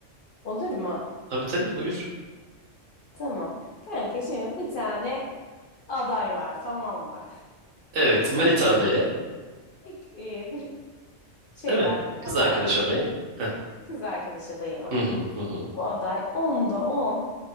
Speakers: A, on the left; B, on the right.
A: Olur mu?
B: Tabii tabii buyur.
A: Tamam. Kanka şimdi bir tane aday var tamam mı?
B: Evet manita adayı.
A: <laughs> İlk, e, bir şey
B: Değil mi?
A: var,
B: Kız
A: aday
B: arkadaş
A: var sevgili
B: adayım. Heh.
A: kız arkadaş adayım var.
B: Hı hı hı hı.
A: Bu aday 10'da 10